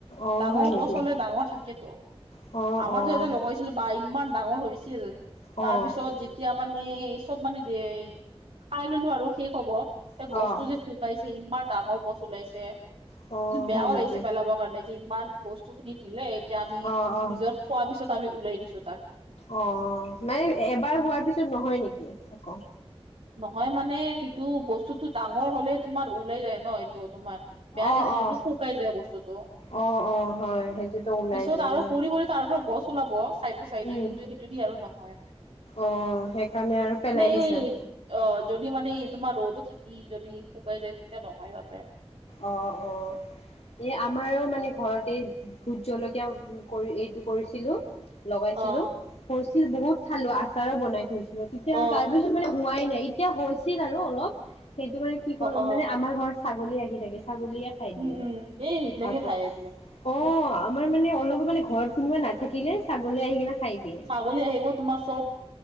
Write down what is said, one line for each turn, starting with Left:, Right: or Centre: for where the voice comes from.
Left: অ',
Right: ডাঙৰ
Left: হয় নেকি?
Right: গছ হ'লে, ডাঙৰ থাকেতো।
Left: অ',
Right: আমাৰ যে এটা লগাইছিলোঁ, বা ইমান ডাঙৰ হৈছিল।
Left: অ',
Right: তাৰপিছত যেতিয়া এতিয়া মানে, চব মানে যে খাই ললোঁ আৰু শেষ হ'ব। যে
Left: অ',
Right: গছটো যে শুকাইছে, ইমান ডাঙৰ গছ ওলাইছে। কিন্তু
Left: অ',
Right: বেয়াও
Left: হয় নেকি?
Right: লাগিছে পেলাব। হোৱা নাই যে ইমান বস্তু খিনি দিলে, এতিয়া আমি
Left: অ', অ',
Right: নিজৰ খোৱাৰ পিছত আমি উলাই দিছো তাক।
Left: অ', মানে এবাৰ হোৱাৰ পিছত, নহয় নেকি আকৌ।
Right: নহয় মানে সেইটো বস্তুতো ডাঙৰ হ'লেই তোমাৰ ওলাই যায় ন, এইটো তোমাৰ বেয়া
Left: অ',
Right: দেখি ন,
Left: অ',
Right: তো শুকাই যায় বস্তুতো।
Left: অ', অ', হয় সেইটোতো
Right: <unintelligible>
Left: ওলাই
Right: পিছত
Left: যায়
Right: আৰু
Left: উম,
Right: পৰি-পৰি তাৰ পৰা গছ ওলাব, চাইডৰ চাইডে
Left: উম,
Right: কিন্তু সেইটো দি আৰু ন <unintelligible> হয়।
Left: অ, সেইকাৰণে আৰু পেলাই
Right: এই
Left: দিছা।
Right: অ, যদি মানে ই তোমাৰ ৰ'দো থাকি যদি শুকাই যায়, তেতিয়া নহয় তাতে।
Left: অ-অ। এই আমাৰো মানে ঘৰতে ভোট জলকীয়া কৰি, এইটো কৰিছিলোঁ। লগাইছিলোঁ।
Right: অ
Left: হৈছিল বহুত খালি আচাৰো বনাই থৈছিলোঁ। তেতিয়া
Right: অ
Left: তাৰপিছত মানে হোৱাই নাই, এতিয়া হৈছিল আৰু অলপ। সেইটো মানে কি কয়
Right: অ
Left: মানে আমাৰ ঘৰত ছাগলী আহি থাকে। ছাগলীয়ে খাই
Right: উম
Left: দিলে
Right: উম এই সেইবিলাকে
Left: আকৌ।
Right: খাই এইবিলাক
Left: অ'
Right: উম
Left: আমাৰ মানে অলপো মানে ঘৰত কোনোবা নাথাকিলে, ছাগলী আহি কিনে খাই দিয়ে।
Right: ছাগলী আহিব। তোমাৰ চব,